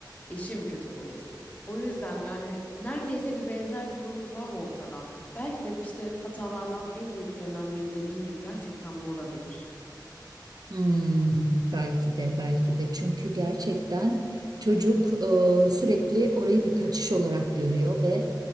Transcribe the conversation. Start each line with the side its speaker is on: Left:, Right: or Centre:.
Left: Eşim kötü polis. O yüzden yani neredeyse bir benzer durum var ortada. Belki de işte hatalardan en büyüklerinden biri dediğin gibi gerçekten bu olabilir.
Right: Hmm, belki de belki de çünkü gerçekten çocuk e, sürekli orayı bir kaçış olarak görüyor ve